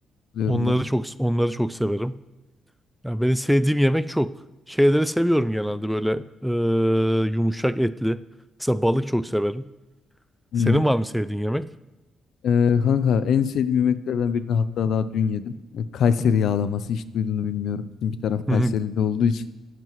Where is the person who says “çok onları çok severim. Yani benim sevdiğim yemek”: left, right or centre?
Centre